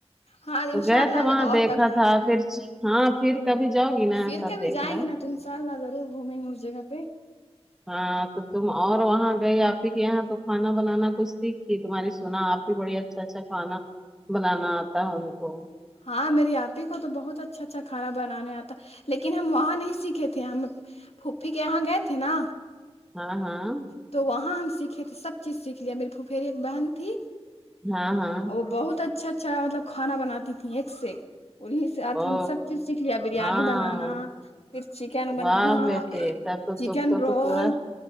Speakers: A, on the left; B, in the centre.
A: ہاں
B: تو
A: ان
B: گئے
A: شاء اللہ
B: تھے وہاں
A: اور
B: دیکھا
A: کبھی
B: تھا پھر ہاں پھر کبھی جؤ گی نا
A: پھر
B: تب
A: کبھی
B: دیکھنا
A: جائیں گے نا تو ان شاء اللہ ضرور گھومیں گے اس جگہ پہ
B: ہاں تو تم اور وہاں گئی آپ ہی کے یہاں تو کھانا بنانا کچھ سیکھھی تمہاری سنا آپ بڑی اچھا اچھا کھانا بنانا آتا ہے ان کو
A: ہاں میری آپ ہی کو تو بہت اچھا اچھا کھانا بنانے آتا لیکن ہم وہاں نہیں سیکھے تھے ہم پھپھی کے یہاں گئے تھے نا
B: ہاں ہاں
A: تو وہاں ہم سیکھے تھے سب چیز سیکھ لیا میری پھفھیری ایک بہن تھی
B: ہاں ہاں
A: وہ بہت اچھا اچھا مطلب کھانا بناتی تھھی ایک سے وہی سھ
B: او
A: ہم سب چیز سیکھ لیا بریانی
B: ہاں
A: بنانا پھر چکن بنانا
B: واہ بیٹے تب تو
A: چکین
B: تم کو
A: رول
B: تو پورا